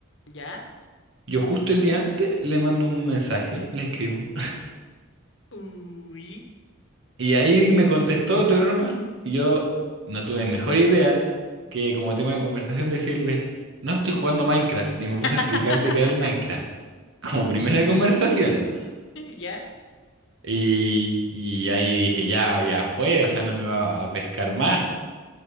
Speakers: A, on the left (about 60°); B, on the right (about 60°).
A: ¿Ya?
B: Yo justo el día antes le mando un mensaje, le escribo,
A: Uy.
B: Y ahí me contestó todo normal. Y yo no tuve mejor idea que como tema de conversación decirle, no estoy jugando Minecraft. Y me puse
A: <laughs>
B: a explicarle qué era el Minecraft. <laughs> Como primera conversación.
A: ¿Ya?
B: Y, y ahí dije, ya, ya fue, o sea, no me va a pescar más.